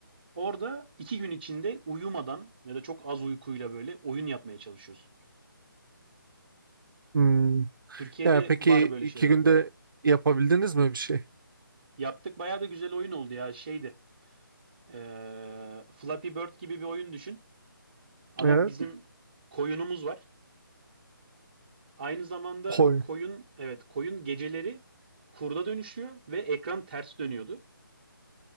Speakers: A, on the right (about 30°); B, on the right (about 65°).
A: Orada iki gün içinde uyumadan ya da çok az uykuyla böyle oyun yapmaya çalışıyorsun.
B: Hmm.
A: Türkiye'de
B: Ya peki
A: var böyle
B: iki
A: şeyler
B: günde
A: baya.
B: yapabildiniz mi bir şey?
A: Yaptık baya da güzel oyun oldu ya şeydi. ee, Flappy Bird gibi bir oyun düşün. Ama
B: Evet.
A: bizim koyunumuz var. Aynı zamanda
B: Koyun.
A: koyun evet koyun geceleri kurda dönüşüyor ve ekran ters dönüyordu.